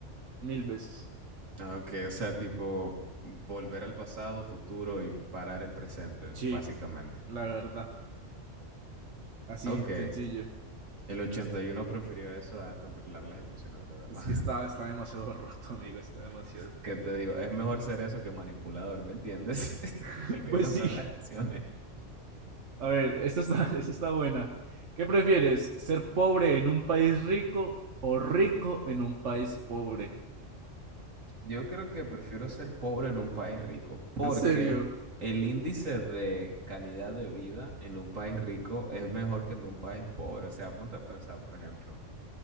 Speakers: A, on the right (about 70°); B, on the right (about 85°).
A: mil veces.
B: Ah, Ok, o sea, tipo volver al pasado, futuro y parar el presente,
A: Sí,
B: básicamente.
A: la verdad, así
B: Ok,
A: sencillo.
B: el 81 prefirió eso a controlar las emociones de los demás.
A: Es que está, está demasiado <laughs> roto, amigo, está demasiado.
B: <laughs> ¿Qué te digo? Es mejor ser eso que manipulador, ¿me entiendes? <laughs>
A: <laughs>
B: El que
A: Pues
B: controla
A: sí,
B: las emociones.
A: a ver, esta está, <laughs> esta está buena. ¿Qué prefieres? ¿Ser pobre en un país rico o rico en un país pobre?
B: Yo creo que prefiero ser pobre en un país rico porque
A: ¿En serio?
B: el índice de calidad de vida en un país rico es mejor que en un país pobre. O sea, apunta a pensar, por ejemplo,